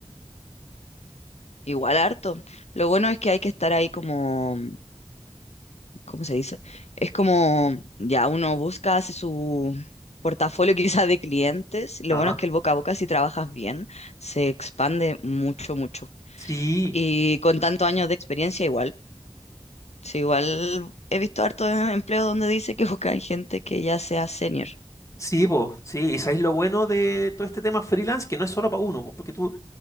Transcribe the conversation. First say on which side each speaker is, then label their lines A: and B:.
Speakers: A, on the left; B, on the left.
A: Igual harto. Lo bueno es que hay que estar ahí como, ¿cómo se dice? Es como ya uno busca, hace su portafolio <laughs> quizás de clientes. Lo
B: Ajá.
A: bueno es que el boca a boca, si trabajas bien, se expande mucho, mucho.
B: Sí,
A: Y con tantos años de experiencia, igual. Sí, igual he visto harto de empleo donde dice que <laughs> buscan gente que ya sea senior.
B: sí, vos, sí. Y sabéis lo bueno de todo este tema freelance, que no es solo para uno, po, porque tú,